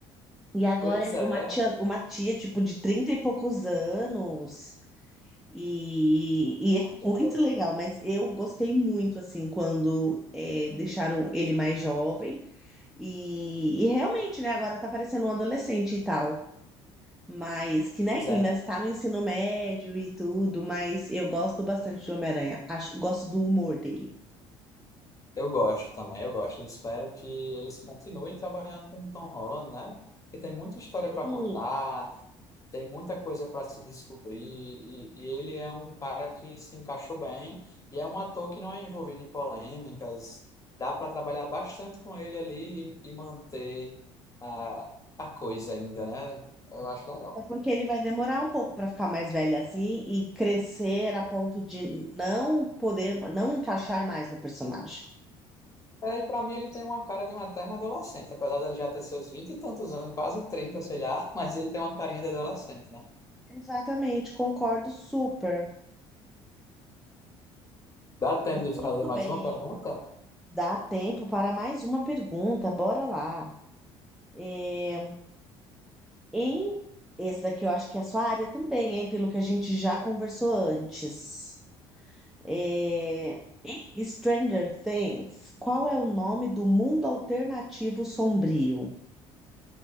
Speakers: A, in the centre; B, on the left (about 20°).
A: E agora
B: Pois
A: é
B: é.
A: uma tia, uma tia tipo de 30 e poucos anos. E, e é
B: Pois
A: <laughs> muito
B: é.
A: legal, mas eu gostei muito assim quando é, deixaram ele mais jovem. E, e realmente, né, agora tá parecendo um adolescente e tal. Mas que, né,
B: Pois
A: que
B: é,
A: ainda está no ensino médio e tudo, mas eu gosto bastante do Homem-Aranha. Acho, gosto do humor dele.
B: Eu gosto também, eu gosto. Eu espero que eles continuem trabalhando com o Tom Holland, né? Porque tem muita história
A: Sim,
B: para contar, tem muita coisa para se descobrir, e, e ele é um cara que se encaixou bem, e é um ator que não é envolvido em polêmicas. Dá para trabalhar bastante com ele ali e, e manter a, a coisa ainda, né? Eu acho legal.
A: é porque ele vai demorar um pouco para ficar mais velho assim e crescer a ponto de não poder, não encaixar mais no personagem.
B: É, e para mim ele tem uma cara de um eterno adolescente, apesar dele já ter seus vinte e tantos anos, quase 30, sei lá, <laughs> mas ele tem uma carinha de adolescente, né?
A: Exatamente, concordo super.
B: Dá tempo de fazer
A: Muito
B: mais
A: bem.
B: uma pergunta?
A: Dá tempo para mais uma pergunta, bora lá. É, em esse daqui eu acho que é a sua área também, hein, pelo que a gente já conversou antes. É, em Stranger Things, qual é o nome do mundo alternativo sombrio?